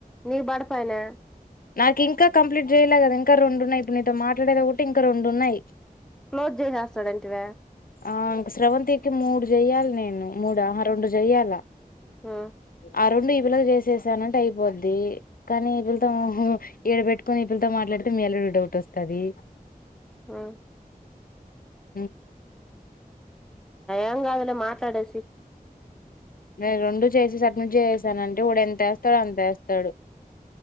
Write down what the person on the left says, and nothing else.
నాకు ఇంకా కంప్లీట్ చేయలే కదా ఇంకా రెండున్నాయి. ఇప్పుడు నీతో మాట్లాడేదా ఒకటి ఇంకా రెండు ఉన్నాయి.
ఆ ఇంక శ్రవంతి కి మూడు చెయ్యాలి నేను మూడు ఆహా రెండు చెయ్యాలా
ఆ రెండు పిల్లలు చేసేసానంటే అయిపోద్ది కానీ పిలతం ఇడబెట్టుకొని ఇపులతో మాట్లాడితే మీ అల్లుడికి డౌట్ వస్తాది
హ
నేను రెండు చేసి సబ్మిట్ చేసానంటే వాడు ఎంత వేస్తాడు అంత వేస్తాడు